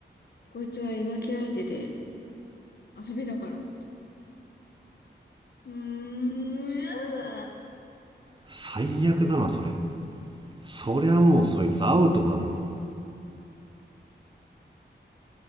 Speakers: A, on the left; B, on the right.
A: こいつは浮気相手で遊びだからってうーん、やだ。
B: 最悪だな、それ。そりゃもうそいつアウトだろ